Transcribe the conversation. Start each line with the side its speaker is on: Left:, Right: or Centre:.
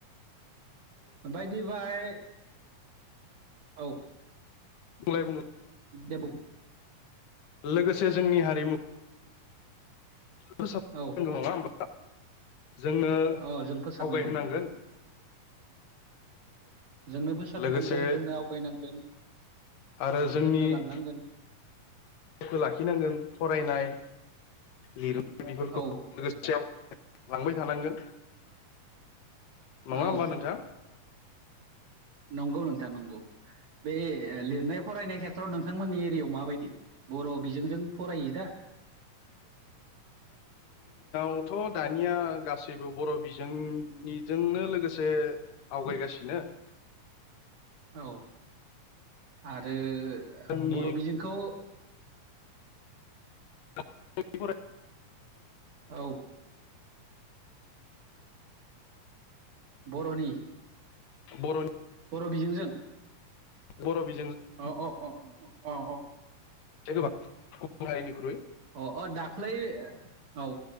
Right: ओ बायदि बाहाय औ
Left: बुंलाय बुं
Right: दे बुं
Left: लोगोसे जोंनि हारिमु <unintelligible>
Right: औ
Left: जोंनो
Right: अ जों फोसाबनांगौ
Left: आवगाय होनांगोन।
Right: जोंनो फोसाबनांगोन
Left: लोगोसे
Right: जोंनो आवगायनांगोन
Left: आरो जोंनि
Right: जोंनो लांनांगोन
Left: <unintelligible> लाखिनांगोन फरायनाय लिरो बेफोरखौ
Right: औ
Left: लोगोसेआव लांबाय थानांगोन नङा होमबा
Right: औ
Left: नोंथा?
Right: नंगौ नोंथां नंगौ बे लिरनाय फरायनाय खेथ्रआव नोंथांमोननि एरियाव माबादि बर' बिजोंजों फरायो दा?
Left: जोंथ' दानिया गासैबो बर' बिजोंनिजोंनो लोगोसे आवगायगासिनो
Right: <inaudible> औ आरो
Left: जोंनि
Right: बर' बिजोंखौ
Left: <inaudible>
Right: औ बर'नि
Left: बर'नि
Right: बर' बिजोंजों
Left: बर' बि
Right: अ अ अ अ औ
Left: गोबां हारिनिख्रुइ
Right: अ अ दाखलै औ